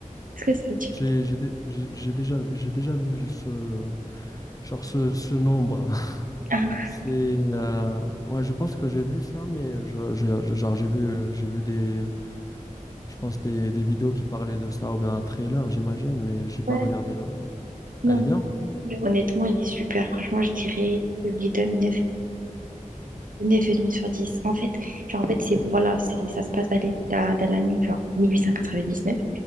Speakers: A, on the right; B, on the left.
A: est-ce que ça te dit?
B: J'ai, j'ai, dé- j'ai j'ai déjà, j'ai déjà vu ce, genre ce, ce nombre. <laughs>
A: Ah,
B: C'est, euh, ouais, je pense que j'ai vu ça, mais je, je- je- genre, j'ai vu, j'ai vu des, je pense des, des vidéos qui parlaient de ça ou bien un trailer, j'imagine, mais j'ai pas
A: ouais,
B: regardé le,
A: non.
B: Elle est bien.
A: Mais honnêtement, elle est super. Franchement, je dirais, je lui donne 9,5. 9,5 sur dix En fait, genre, en fait, c'est, voilà, c'est, ça se passe dans les- dans- dans l'année, genre, mille huit cent quatre-vingt dix-neuf